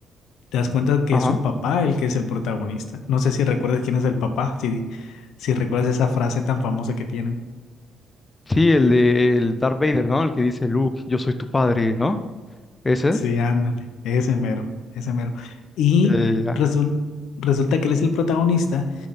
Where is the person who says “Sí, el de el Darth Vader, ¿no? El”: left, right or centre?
Left